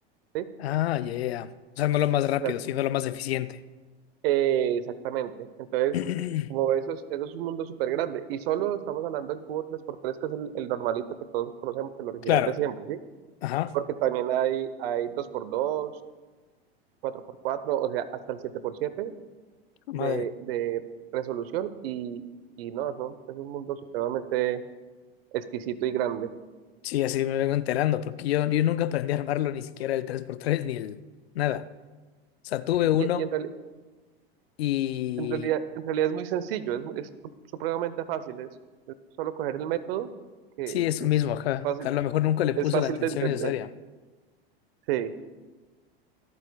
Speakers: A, on the right; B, on the left.
A: ¿sí?
B: Ah, yeah. O sea, no lo más rápido,
A: O sea,
B: sino lo más eficiente.
A: eh, exactamente. Entonces,
B: <clears throat>
A: como eso es, eso es un mundo súper grande. Y solo estamos hablando del cubo tres por tres que es el, el normalito que todos conocemos, el original
B: Claro.
A: de siempre, ¿sí?
B: Ajá.
A: Porque también hay, hay dos por dos cuatro por cuatro o sea, hasta el siete por siete
B: Madre.
A: de, de resolución. Y, y no, eso es un mundo supremamente exquisito y grande.
B: Sí, así me vengo enterando, porque yo, yo nunca aprendí a armarlo, ni siquiera el tres por tres ni el nada. O sea, tuve
A: Y,
B: uno
A: y- y en reali-
B: y
A: En realidad, en realidad es muy sencillo, es, es su- supremamente fácil, es, es solo coger el método que
B: sí, eso
A: es
B: mismo, ajá.
A: fácil,
B: A lo mejor nunca le puse
A: es fácil
B: la atención
A: de entender.
B: necesaria.
A: Sí.